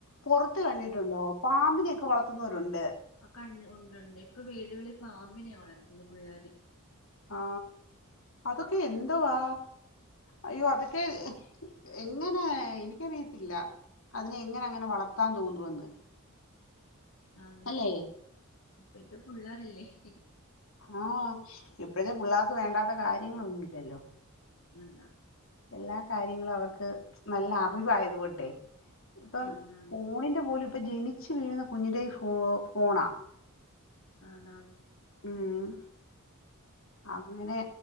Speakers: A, on the left; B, on the left.
A: പുറത്ത് കണ്ടിട്ടുണ്ടോ പാമ്പിനേ വളർത്തുന്നോരൊണ്ട്
B: ക ഉണ്ടുണ്ട് ഇപ്പൊ വീടുകളിൽ പാമ്പിനെ വളർ <unintelligible> പുള്ളേര്
A: ആ അതൊക്കേ എന്തുവാ അയ്യോ അതൊക്കെ എങ്ങനെ എനിക്കറിയത്തില്ല അതിനെ എങ്ങനെങ്ങനെ വളർത്താൻ തോന്നുവെന്ന്
B: ആ അതെ
A: അല്ലേ
B: ഇപ്പഴ്ത്തെ പിള്ളേരല്ലേ <inaudible>
A: ആ ഇപ്പോഴത്തെ പുള്ളാർക്ക് വേണ്ടാത്ത കാര്യങ്ങളൊന്നുല്ലല്ലോ
B: അല്ല
A: എല്ലാ കാര്യങ്ങളും അവർക്ക് നല്ല അറിവായതുകൊണ്ടേ ഇപ്പം
B: ആണാണ്
A: ഫോണിന്റെ പോലും ഇപ്പൊ ജനിച്ചു വീഴുന്ന കുഞ്ഞിന്റെ ഫോ ഫോണാ
B: അ താണ്
A: ഉം അങ്ങനെ